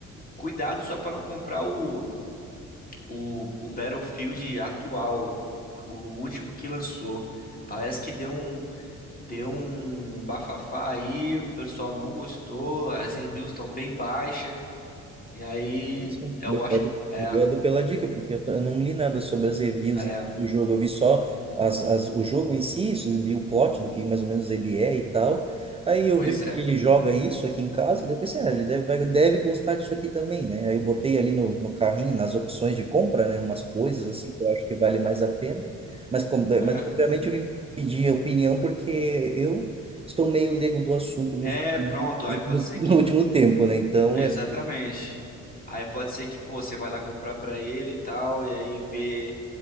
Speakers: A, on the left; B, on the right.
A: cuidado só pra não comprar o, o, o Battlefield atual, o último que lançou. Parece que deu um Deu um bafafá aí, o pessoal não gostou, as reviews estão bem baixas. E aí,
B: Nossa,
A: eu
B: Obrigado,
A: acho que. É,
B: obrigado pela dica, porque eu t- eu não li nada sobre as reviews
A: é,
B: em si do jogo. Eu vi só as, as, o jogo em si, isso, vi o plot do que mais ou menos ele é e tal. Aí eu
A: pois
B: vejo
A: é.
B: que ele joga isso aqui em casa, daí eu pensei, ah, ele deve, vai- deve gostar disso aqui também, né? Aí eu botei ali no, no carrinho, nas opções de compra, né? Umas coisas assim que eu acho que vale mais a pena. Mas, como,
A: É,
B: mas obviamente eu vim pedir opinião porque eu estou meio leigo do assunto nos,
A: é,
B: últimos-
A: pronto, aí
B: nos últimos-
A: pode ser que.
B: no último tempo, né? Então
A: Exatamente.
B: é.
A: Aí pode ser que, pô, você vai lá comprar pra ele e tal, e aí vê